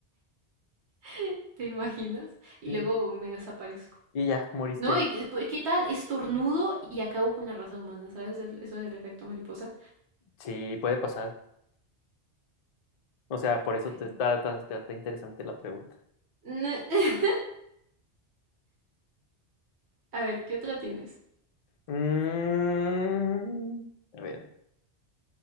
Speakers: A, on the right; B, on the left.
A: <laughs> ¿Te imaginas? Y
B: Sí.
A: luego me desaparezco.
B: Y ya, moriste
A: No,
B: ahí.
A: y que- pues, ¿qué tal? Estornudo y acabo con la raza humana, ¿sabes? El- Eso del efecto mariposa.
B: Sí, puede pasar. O sea, por eso
A: Pero-
B: te está, está, está- está interesante la pregunta.
A: Ne- <laughs> A ver, ¿qué otra tienes?
B: Mm, a ver.